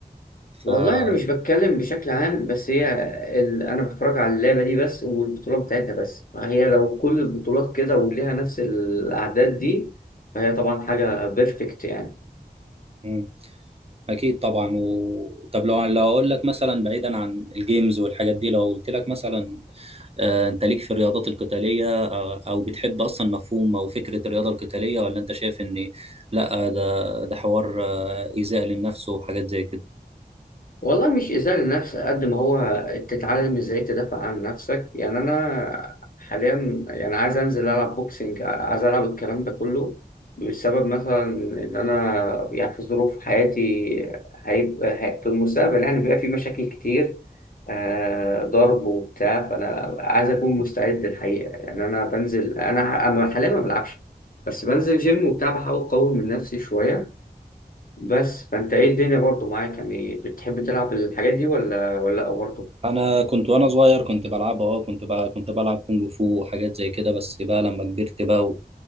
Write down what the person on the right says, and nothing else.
ف
مم. اكيد طبعا و... طب لو لو اقول لك مثلا بعيدا عن الجيمز والحاجات دي لو قلت لك مثلا آه، انت ليك في الرياضات القتاليه آه، او بتحب اصلا مفهوم او فكره الرياضه القتاليه ولا انت شايف ان لا ده ده حوار آه، ايذاء للنفس وحاجات زي كده
انا كنت وانا صغير كنت بلعبها اه كنت بقى كنت بلعب كونج فو وحاجات زي كده بس بقى لما كبرت بقى و...